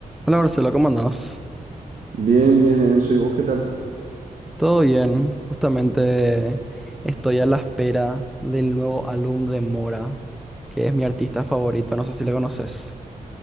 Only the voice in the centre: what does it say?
Hola Marcelo, ¿cómo andás?
Todo bien, justamente estoy a la espera del nuevo álbum de Mora, que es mi artista favorito, no sé si le conoces.